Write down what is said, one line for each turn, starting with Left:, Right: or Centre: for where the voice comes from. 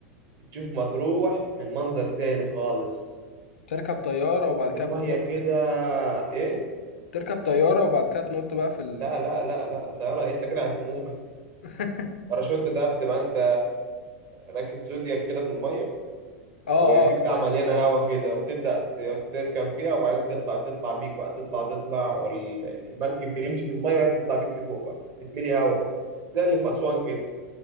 Right: تشوف مطروح من منظر تاني خالص
Left: تركب طياره وبعد
Right: تشوف
Left: كده
Right: المية
Left: بتنط
Right: كده ايه
Left: تركب طيارة وبعد كده تنط بقى في ال...
Right: لا لا لا لا طيارة إيه؟ انت كده هتموت
Left: <laughs>
Right: الباراشوت ده بتبقى انت راكب زودياك كده في المية
Left: اه
Right: وفي
Left: اه
Right: بتاع
Left: تمام
Right: مليانة هوا كده وبتبدأ ت- تركب فيها وبعدين تطلع تطلع بيك بقى تطلع تطلع والمركب بيمشي في المية وهي بتطلع بيك لفوق بقى تتملي هوا زي اللي في أسوان كده